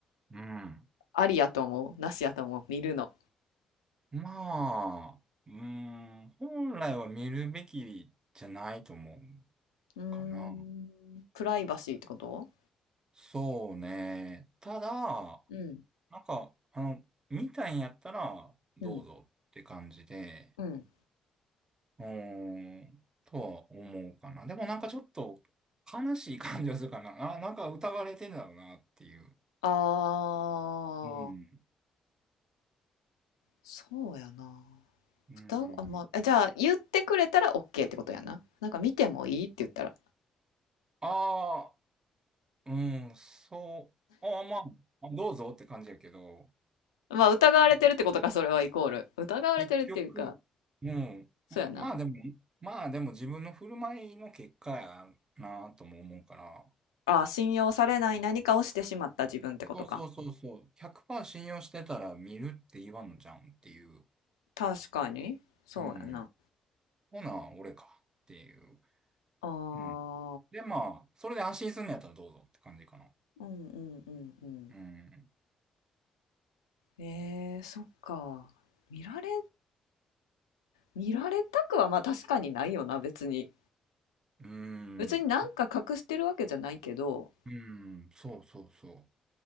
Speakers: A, on the right (about 25°); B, on the left (about 75°).
A: うん。
B: ありやと思うなしやと思う見るの
A: まあ、うん、本来は見るべきじゃないと思う
B: うーんプライバシーってこと
A: かな。そうね。ただ、
B: うん
A: なんか、あの、見たいんやったら、どうぞって感じで、
B: うんうん
A: うーん、とは思うかな。でもなんかちょっと悲しい感じがするかな。あ、なんか疑われてんだろうなっていう。
B: あー
A: うん。
B: そうやな。
A: うん。
B: 歌、あ、まあ、えじゃあ言ってくれたら OK ってことやな。なんか見てもいいって言ったら。
A: ああ、うん、そう。ああ、まあ、どうぞって感じやけど、
B: まあ疑われてるってことか、
A: うん
B: それはイコール。疑われてるっていうか、
A: 結局、うん。
B: そうやな。
A: まあでも、まあでも自分の振る舞いの結果やなとも思うから、
B: ああ、信用されない何かをしてしまった自分ってことか。
A: そうそうそうそう。100%信用してたら見るって言わんのじゃうんっていう。
B: 確かに。そうやな。
A: うん。ほな、俺かっていう。
B: ああ、
A: うん。で、まあ、それで安心するんのやったらどうぞって感じかな。
B: うんうんうんうん。
A: うん。
B: えー、そっか。見られ、見られたくはまあ確かにないよな、別に。
A: うん。
B: 別になんか隠してるわけじゃないけど、
A: あ、うん。そうそうそ